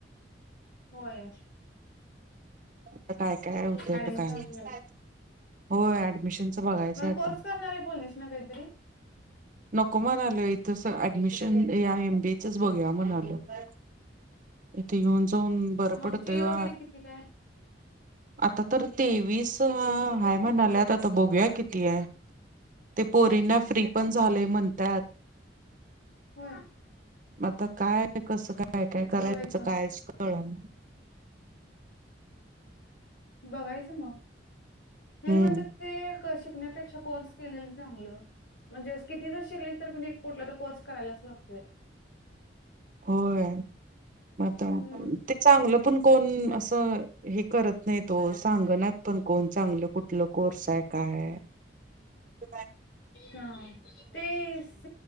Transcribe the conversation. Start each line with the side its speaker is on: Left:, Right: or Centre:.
Left: होय
Right: आता काय काय होतं
Left: ऍडमिशन
Right: काय माहित
Left: घाल
Right: हो ऍडमिशनच बघायचं
Left: मग
Right: आता.
Left: कोर्स करणार आहे बोललीस ना काहीतरी
Right: नको म्हणालोय इथं ऍडमिशन एमबीएच च बघूया म्हणालोय. इथे येऊन जाऊन बर
Left: मग
Right: पडतय
Left: फी वगैरे
Right: हो.
Left: किती काय?
Right: आता तर तेवीस हाय म्हणाल्यात आता बघूया. किती ते पोरींना
Left: हा
Right: फ्री
Left: हा
Right: पण झालय म्हणत्यात
Left: होय
Right: आता काय कसं काय काय करायच
Left: बघायचं
Right: कायच कळना.
Left: बघायचं मग हे
Right: हम्म
Left: म्हणतात ते कसे, शिकण्यापेक्षा कोर्स केलेले चांगलं म्हणजे किती जरी शिक लीस तरी कुठला तर कोर्स करायलाच लागतोय.
Right: होय ते
Left: हम्म.
Right: चांगलं पण कोण अस हे करत नाही. तो सांगनात पण कोण चांगलं कुठ कुठलं कोर्स आहे काय हाय
Left: हा ते एस